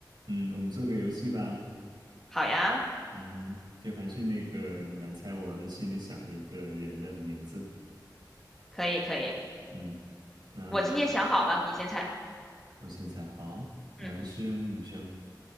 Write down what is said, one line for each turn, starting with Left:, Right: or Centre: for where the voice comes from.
Right: 嗯，我们做个游戏吧。
Centre: 好呀，
Right: 嗯哼，就还是那个，你来猜我心里想的一个人的名字。
Centre: 可以可以，
Right: 嗯，那
Centre: 我今天想好了，你先猜。
Right: 我先猜，好，男生女生，
Centre: 嗯，